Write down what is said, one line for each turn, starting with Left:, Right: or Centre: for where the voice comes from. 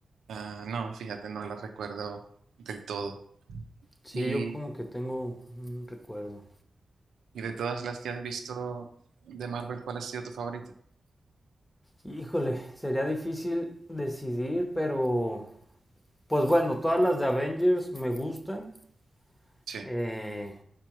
Right: Ah, no, fíjate, no los recuerdo del todo.
Left: Sí,
Right: Y,
Left: yo como que tengo un recuerdo.
Right: y de todas las que has visto de Marvel, ¿cuál ha sido tu favorita?
Left: Híjole, sería difícil decidir, pero pues bueno, todas las de Avengers me gustan.
Right: Sí,
Left: Eh,